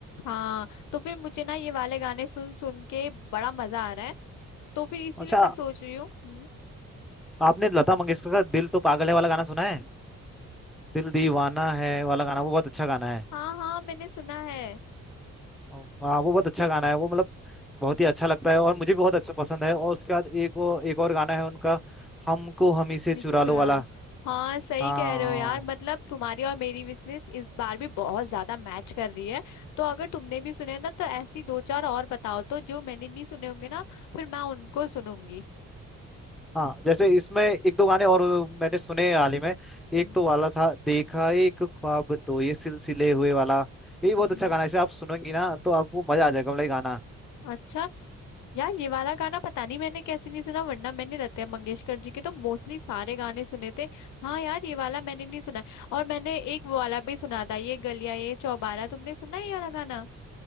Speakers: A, on the left; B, in the centre.
A: हाँ तो फिर मुझे ना ये वाले गाने सुन सुन के बड़ा मजा आ रहा है तो फिर इसीलिए
B: अच्छा
A: मैं सोच रही हूँ हम्म
B: आपने लता मंगेशकर का दिल तो पागल है वाला गाना सुना है दिल दीवाना है वाला गाना वो बहुत अच्छा गाना है
A: हाँ हाँ मैंने सुना है
B: हाँ वो बहुत अच्छा गाना है वो मतलब बहुत ही अच्छा लगता है और मुझे भी बहुत अच्छा पसंद है और उसके बाद एक वो एक और गाना है उनका हमको हम ही से
A: मिसे
B: चुरा
A: चुरा
B: लो वाला
A: लो हाँ सही
B: हाँ
A: कह रहे हो यार मतलब तुम्हारी और मेरी विश लिस्ट इस बार भी बहुत ज्यादा मैच कर रही है तो अगर तुमने भी सुने ना तो ऐसी दो चार और बताओ तो जो मैंने नहीं सुने होंगे ना फिर मैं उनको सुनूंगी
B: हाँ जैसे इसमें एक दो गाने और मैंने सुने हाल ही में
A: हम्म
B: एक तो वाला था देखा एक ख्वाब तो ये सिलसिले हुए वाला ये
A: हम्म।
B: भी बहुत अच्छा गाना है इसे आप सुनेंगी ना तो आपको मजा आ जाएगा मतलब ये गाना
A: अच्छा यार ये वाला गाना पता नहीं मैंने कैसे नहीं सुना वरना मैंने लता मंगेशकर जी के तो मोस्टली सारे गाने सुने थे हाँ यार ये वाला मैंने नहीं सुना और मैंने एक वो वाला भी सुना था ये गलियां ये चौबारा तुमने सुना है ये वाला गाना